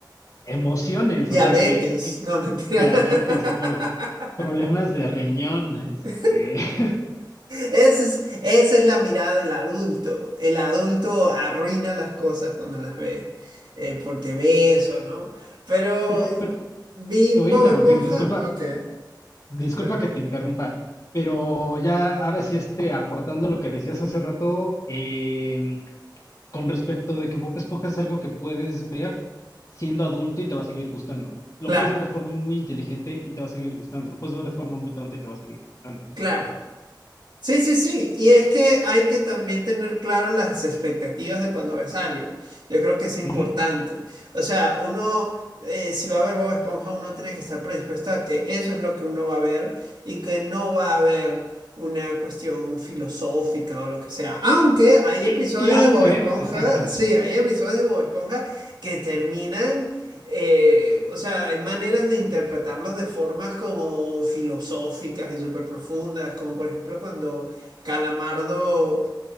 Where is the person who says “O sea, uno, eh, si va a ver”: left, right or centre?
Right